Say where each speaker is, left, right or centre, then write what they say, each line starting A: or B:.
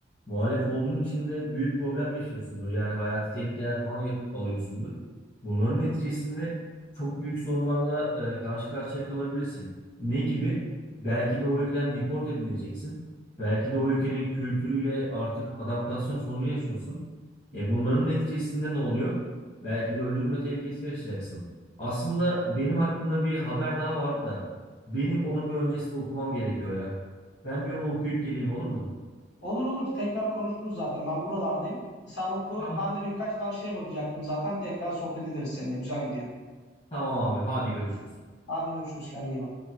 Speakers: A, on the left (about 30°); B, on the left (about 65°).
A: Muhalif olduğun için de büyük problem yaşıyorsundur. Yani hayati tehlikeler falan yap- alıyorsundur. Bunların neticesinde çok büyük sorunlarla e, karşı karşıya kalabilirsin. Ne gibi? Belki de o ülkeden deport edileceksin. Belki de o ülkenin kültürüyle artık adaptasyon sorunu yaşıyorsun. E bunların neticesinde ne oluyor? Belki de öldürülme tehlikesi yaşayacaksın. Aslında benim aklımda bir haber daha vardı da benim onu bir öncesinde okumam gerekiyor ya. Ben bir onu okuyup geleyim olur mu?
B: Olur olur tekrar konuşuruz zaten. Ben buralardayım. Sen oku.
A: Tamam.
B: Ben de birkaç tane şeye bakacaktım zaten. Tekrar sohbet ederiz seninle. Güzel gidiyor.
A: Tamam abi hadi görüşürüz.
B: Hadi görüşürüz. Kendine iyi bak.